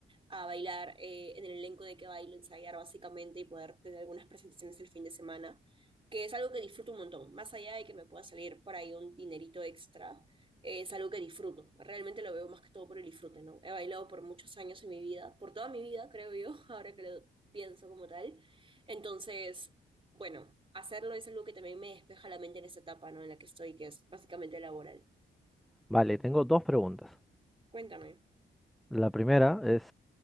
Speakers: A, on the right; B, in the centre.
A: a bailar eh, en el elenco de que baile ensayar básicamente y poder tener algunas presentaciones el fin de semana, que es algo que disfruto un montón, más allá de que me pueda salir por ahí un dinerito extra, eh, es algo que disfruto, realmente lo veo más que todo por el disfrute, ¿no? He bailado por muchos años en mi vida, por toda mi vida, creo yo, <laughs> ahora que lo pienso como tal, entonces, bueno, hacerlo es algo que también me despeja la mente en esta etapa, ¿no? En la que estoy, que es básicamente laboral.
B: Vale, tengo dos preguntas.
A: Cuéntame.
B: La primera es,